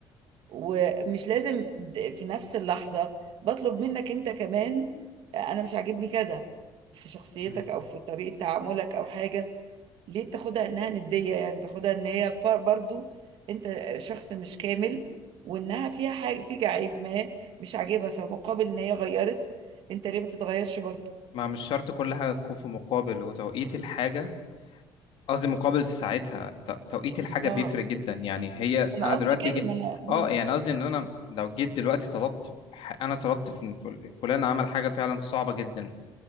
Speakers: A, on the right (about 65°); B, on the left (about 65°).
A: ومش لازم د- في نفس اللحظه بطلب منك انت كمان آه، انا مش عاجبني كذا في شخصيتك
B: مم.
A: او في طريقه تعاملك او حاجه ليه بتاخدها انها ندية يعني بتاخدها ان هي ف- برضو انت شخص مش كامل وانها فيها حاجة فيك عيب ما مش عاجبها فمقابل ان هي غيرت انت ليه ما تتغيرش برضو
B: ما مش شرط كل حاجة تكون في مقابل وتوقيت الحاجة قصدي مقابل في ساعتها ت- توقيت الحاجة
A: اه
B: بيفرق جدا يعني هي
A: انا
B: أنا
A: قصدي
B: دلوقتي
A: كده
B: جي...
A: ما انا مم.
B: اه يعني قصدي إن أنا لو جيت دلوقتي طلبت ح- أنا طلبت في فل- فلان عمل حاجة فعلا صعبة جدا